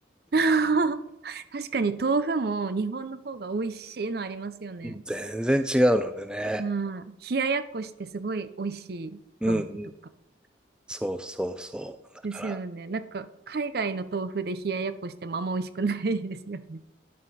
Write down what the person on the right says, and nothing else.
<laughs> 確かに豆腐も日本の方が美味しいのありますよね。
うん。冷ややっこしてすごい美味しい豆腐とか。
ですよね。なんか、海外の豆腐で冷ややっこしてもあんま美味しくないですよね。